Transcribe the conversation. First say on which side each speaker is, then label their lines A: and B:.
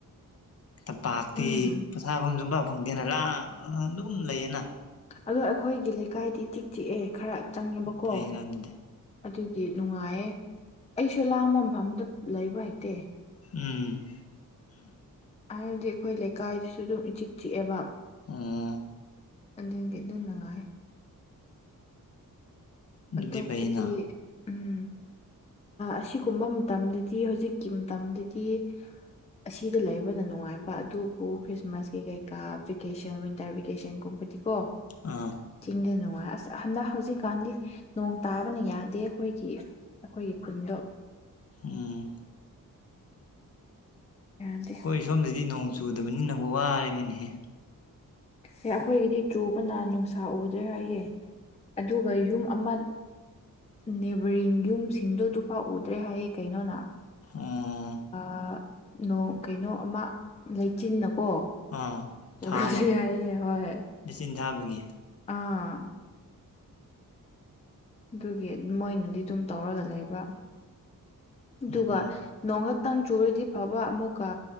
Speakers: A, on the left; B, on the left.
A: ꯇꯝꯄꯥꯛꯇꯤ
B: ꯎꯝ
A: ꯄꯩꯁꯥꯐꯝꯁꯨꯨꯡ ꯄꯥꯛ ꯐꯪꯗꯦꯅ ꯂꯥꯛ ꯑꯗꯨꯝ ꯂꯩꯌꯦꯅ
B: ꯑꯗꯣ ꯑꯩꯈꯣꯏꯒꯤ ꯂꯩꯀꯥꯏꯗꯤ ꯆꯤꯛ ꯆꯤꯛꯑꯦ ꯈꯔ ꯆꯪꯉꯦꯕꯀꯣ
A: ꯐꯩꯅ ꯑꯗꯨꯗꯤ
B: ꯑꯗꯨꯒꯤ ꯅꯨꯡꯉꯥꯏꯌꯦ ꯑꯩꯁꯨ ꯂꯥꯡꯕ ꯃꯐꯝꯗ ꯂꯩꯕ ꯍꯩꯛꯇꯦ
A: ꯎꯝ
B: ꯍꯥꯏꯗꯤ ꯑꯩꯈꯣꯏ ꯂꯩꯀꯥꯏꯁꯤꯁꯨ ꯑꯗꯨꯝ ꯏꯆꯤꯛ ꯆꯤꯛꯑꯦꯕ
A: ꯑꯣ
B: ꯑꯗꯨꯒꯤ ꯑꯗꯨꯝ ꯅꯨꯡꯉꯥꯏ
A: ꯑꯗꯨꯗꯤ
B: ꯑꯇꯣꯞꯄꯗꯤ
A: ꯐꯩꯅ
B: ꯎꯝ ꯑꯁꯤꯒꯨꯝꯕ ꯃꯇꯝꯗꯗꯤ ꯍꯧꯖꯤꯛꯀꯤ ꯃꯇꯝꯗꯗꯤ ꯑꯁꯤꯗ ꯂꯩꯕꯗ ꯅꯨꯡꯉꯥꯏꯕ ꯑꯗꯨꯕꯨ ꯈ꯭ꯔꯤꯁꯃꯥꯁꯀꯤ ꯀꯩꯀꯥ ꯚꯦꯀꯦꯁꯟ ꯋꯤꯟꯇꯔ ꯚꯦꯀꯦꯁꯟꯒꯨꯝꯕꯗꯤ ꯀꯣ
A: ꯑꯥ
B: ꯆꯤꯡꯗ ꯅꯨꯡꯉꯥꯏ ꯑꯁ ꯍꯟꯗꯛ ꯍꯧꯖꯤꯛꯀꯥꯟꯗꯤ ꯅꯣꯡ ꯇꯥꯕꯅ ꯌꯥꯗꯦ ꯑꯩꯈꯣꯏꯒꯤ__ ꯑꯩꯈꯣꯏꯒꯤ ꯈꯨꯟꯗꯣ__
A: ꯎꯝ꯫
B: ꯌꯥꯗꯦ
A: ꯑꯩꯈꯣꯏ ꯁꯣꯝꯗꯗꯤ ꯅꯣꯡ ꯆꯨꯗꯕꯅꯤꯅ ꯋꯥꯔꯦꯅꯤꯅꯦꯍꯦ꯫
B: ꯑꯦ ꯑꯩꯈꯣꯏꯒꯤꯗꯤ ꯆꯨꯕꯅ ꯅꯨꯡꯁꯥ ꯎꯗ꯭ꯔꯦ ꯍꯥꯏꯌꯦ ꯑꯗꯨꯒ ꯌꯨꯝ ꯑꯃ__ ꯅꯦꯕꯔꯤꯡ ꯌꯨꯝꯁꯤꯡꯗꯣ ꯑꯗꯨ ꯐꯥꯛ ꯎꯗ꯭ꯔꯦ ꯍꯥꯏꯌꯦ ꯀꯩꯅꯣꯅ꯫
A: ꯑꯣ
B: ꯑꯥ ꯅꯣꯡ ꯀꯩꯅꯣ ꯑꯃ ꯂꯩꯆꯤꯟꯅꯀꯣ__
A: ꯑꯥ꯫ ꯊꯥꯕ
B: ꯎꯗ꯭ꯔꯤ ꯍꯥꯏꯌꯦ ꯍꯣꯏ꯫
A: ꯃꯦꯆꯤꯟ ꯊꯥꯕꯒꯤ꯫
B: ꯑꯥ꯫ ꯗꯨꯒꯤ ꯃꯣꯏꯅꯗꯤ ꯗꯨꯝ ꯇꯧꯔꯒ ꯂꯩꯕ꯫
A: ꯎꯝ
B: ꯗꯨꯒꯥ__ ꯅꯣꯡꯍꯥꯛꯇꯪ ꯆꯨꯔꯗꯤ ꯐꯕ ꯑꯃꯨꯛꯀ